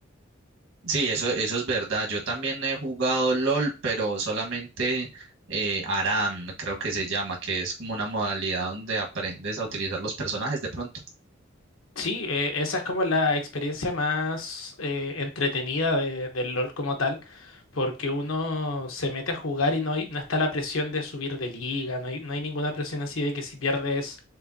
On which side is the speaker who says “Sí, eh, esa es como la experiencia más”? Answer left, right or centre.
Left